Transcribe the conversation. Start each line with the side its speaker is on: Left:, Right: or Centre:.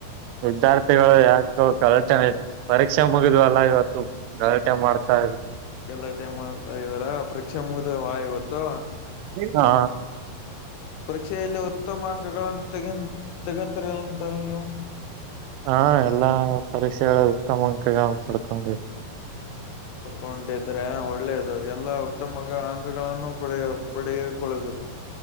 Right: ವಿದ್ಯಾರ್ಥಿಗಳು ಯಾಕು ಕಳತಾನೆ ಪರೀಕ್ಷೆ ಮುಗಿದ್ವ ಅಲ್ಲಾ ಇವತ್ತು ಗಲಾಟೆ ಮಾಡ್ತಾ ಇದ್ವಿ.
Left: ಗಲಾಟೆ ಮಾಡ್ತಾ ಇದ್ದಾರಾ ಪ್ರಕ್ಷಾ ಮುಗ್ದ ವಾ ಇವತ್ತು.
Right: ಹಾ
Left: ಪರೀಕ್ಷೆಯಲ್ಲಿ ಉತ್ತಮ ಅಂಕಗಳನ್ನು ತಗ ತೆಗಂತಿರಲ್ಲ ಅಂತಲ್ ನೀವು.
Right: ಹಾ ಎಲ್ಲಾ ಪರೀಕ್ಷೆಗಳು ಉತ್ತಮ ಅಂಕ ಪಡ್ಕೊಂಡಿ
Left: ಪಡ್ಕೊಂಡಿದ್ರೆ ಒಳ್ಳೇದು ಎಲ್ಲಾ ಉತ್ತಮ ಅಂಕಗಳನ್ನು ಪಡೆಯ ಪಡೆಯಕೊಳ್ಬೇಕು